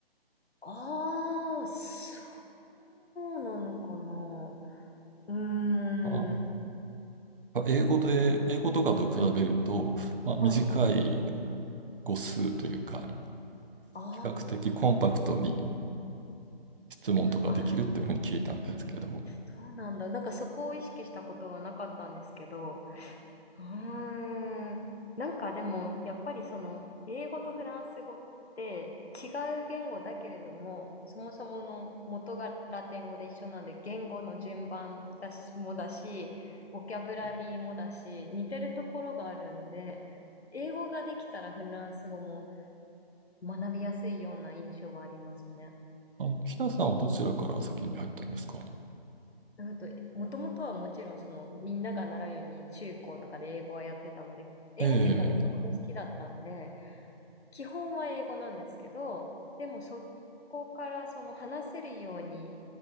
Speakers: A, on the left (about 85°); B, on the right (about 60°).
A: ああ、そうなのかな。うーん。
B: あ、ま英語で、英語とかと比べると、
A: はい。
B: まあ、短い
A: はい。
B: 語数というか、
A: あ
B: 比較的コンパクトに質問とかできるっていうふうに聞いたんですけど、
A: あ、あ、そうなんだ。なんかそこを意識したことはなかったんですけど、うーん。なんかでも、やっぱりその、英語とフランス語って違う言語だけれども、そもそもの元がラテン語で一緒なんで、言語の順番だし、もだし、ボキャブラリーもだし、似てるところがあるんで、英語ができたらフランス語も学びやすいような印象はありますね。
B: あの、ひなさんはどちらから先に入ったんですか
A: あと、もともとはもちろんその、みんなが習うように中高とかで英語はやってたので、英語結構もともと好きだったんで、
B: ええ
A: 基本は英語なんですけど、でもそこからその話せるように